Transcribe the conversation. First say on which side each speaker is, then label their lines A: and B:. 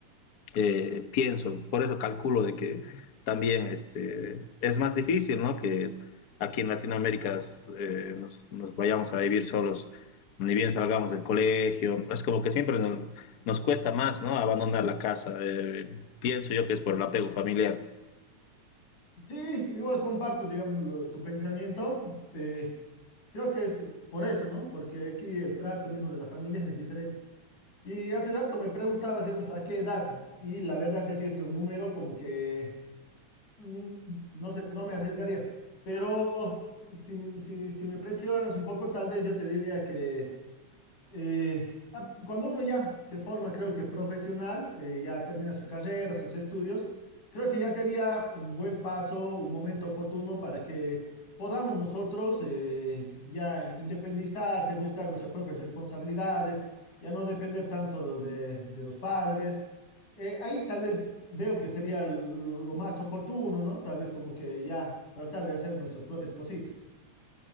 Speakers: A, on the left; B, on the left.
A: eh, pienso, por eso calculo de que también este, es más difícil, ¿no? Que aquí en Latinoamérica eh, nos, nos, vayamos a vivir solos, ni bien salgamos del colegio. Es como que siempre nos, nos cuesta más, ¿no? Abandonar la casa. Eh, pienso yo que es por el apego familiar.
B: Sí, igual comparto, digamos, lo- tu pensamiento. eh, creo que es por eso, ¿no? Porque aquí el trato mismo de las familias es diferente. Y hace rato me preguntabas, digamos, a qué edad. Y la verdad, decirte un número como que, mm, no sé, no me arriesgaría. Pero si, si, si me presionas un poco, tal vez yo te diría que eh, ah, cuando uno ya se forma, creo que profesional, eh, ya termina su carrera, sus estudios, creo que ya sería un buen paso, un momento oportuno para que podamos nosotros eh, ya independizarse, buscar nuestras propias responsabilidades, ya no depender tanto de, de los padres. Eh, ahí tal vez veo que sería lo más oportuno, ¿no? Tal vez como que ya tratar de hacer nuestras propias cositas.